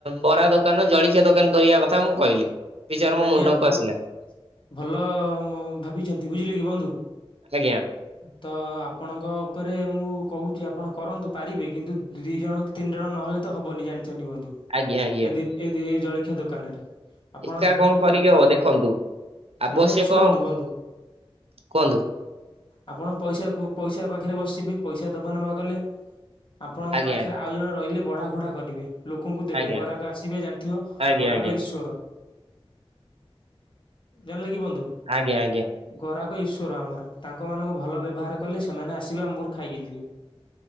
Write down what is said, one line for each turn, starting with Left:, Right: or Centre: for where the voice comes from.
Right: ବରା ଦୋକାନ ଜଳଖିଆ ଦୋକାନ କରିବା କଥା କଥା ମୁଁ କହିଲି। ବିଚାର ମୋ
Left: ଆଜ୍ଞା
Right: ମୁଣ୍ଡକୁ
Left: ଭଲ
Right: ଆସିଲା
Left: ଭଲ ଭାବିଛନ୍ତି ବୁଝିଲେ କି ବନ୍ଧୁ।
Right: ଆଜ୍ଞା
Left: ତ ଆପଣଙ୍କ ଉପରେ ମୁଁ କହୁଛି ଆପଣ କରନ୍ତୁ ପାରିବେ କିନ୍ତୁ ଦି ଜଣ ତିନି ଜଣ ନହେଲେ ତ ହବନି ଜାଣିଛନି ବନ୍ଧୁ
Right: ଆଜ୍ଞା ଆଜ୍ଞା।
Left: ଏ ଏଇ ଜଳଖିଆ ଦୋକାନରେ ଆପଣ
Right: ଏକା
Left: ଧରେ
Right: କଣ କରିକି ହବ
Left: ତମେ
Right: ଦେଖନ୍ତୁ ଆବଶ୍ୟକ
Left: ତମେ ଶୁଣନ୍ତୁ ବନ୍ଧୁ।
Right: କୁହନ୍ତୁ
Left: ଆପଣ ପଇସାଉ ପଇସା ପାଖରେ ବସିବେ ପଇସା ଦେବା ନେବା କଲେ। ଆପଣଙ୍କ
Right: ଆଜ୍ଞା
Left: ପାଖରେ
Right: ଆଜ୍ଞା
Left: ଆଉ ଜଣେ ରହିଲେ ବଢ଼ା କୁଢ଼ା କରିବେ। ଲୋକଙ୍କୁ ଦେବେ
Right: ଆଜ୍ଞା
Left: ଗରାକ ଆସିବେ ଜାଣିଥିବ
Right: ଆଜ୍ଞା
Left: ଗରାକ
Right: ଆଜ୍ଞା
Left: ଈଶ୍ୱର। ଜାଣିଲେ କି ବନ୍ଧୁ
Right: ଆଜ୍ଞା ଆଜ୍ଞା
Left: ଗରାକ ଈଶ୍ଵର ଆମର ତାଙ୍କ ମାନଙ୍କୁ ଭଲ ବ୍ୟବହାର କଲେ ସେମାନେ ଆସିବେ ଆମ୍ବରୁ ଖାଇକି ଯିବେ।